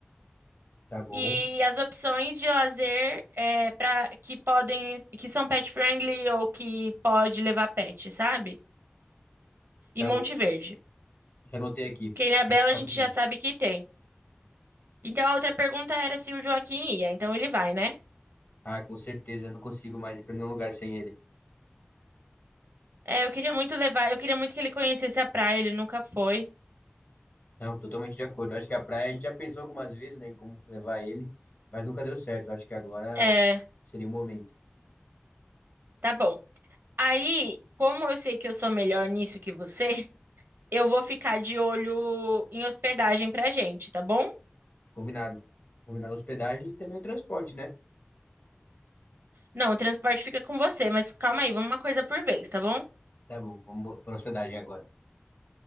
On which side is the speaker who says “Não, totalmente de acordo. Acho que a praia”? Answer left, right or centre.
Left